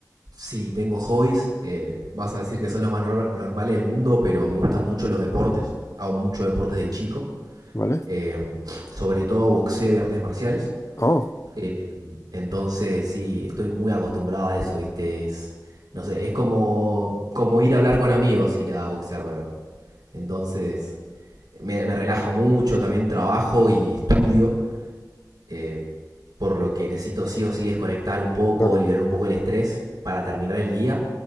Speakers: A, on the right; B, on the left.
A: si tengo hobbies, eh, vas a decir que son los más nor- normales del mundo, pero me gustan mucho los deportes. Hago mucho deporte de chico.
B: ¿Vale?
A: eh, sobre todo boxeo y artes marciales.
B: Oh,
A: Eh, entonces, sí, estoy muy acostumbrado a eso, ¿viste? Es, no sé, es como, como ir a hablar con amigos, ir a boxear para mí. Entonces, me, me relaja mucho, también trabajo y estudio, eh, por lo que necesito sí o sí desconectar un poco,
B: claro.
A: liberar un poco el estrés para terminar el día